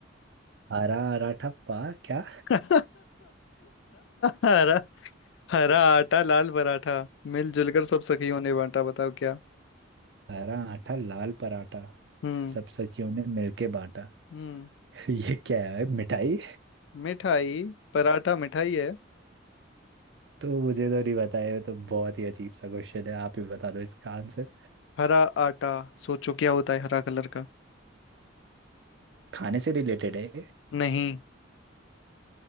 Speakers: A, on the right; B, on the left.
A: हरा आराठा पा क्या
B: <laughs> हरा हरा आटा लाल पराठा मिलजुल कर सब सखियों ने बांटा बताओ क्या
A: हरा आटा लाल पराठा
B: हम्म
A: सब सखियों ने मिलके बांटा
B: हम्म
A: <laughs> ये क्या है मिठाई
B: मिठाई पराठा मिठाई है
A: तो मुझे तो नहीं बताया तो बहुत ही अजीब सा क्वेश्चन है आप ही बता दो इसका आंसर
B: हरा आटा सोचो क्या होता है हरा कलर का
A: खाने से रिलेटेड है
B: नहीं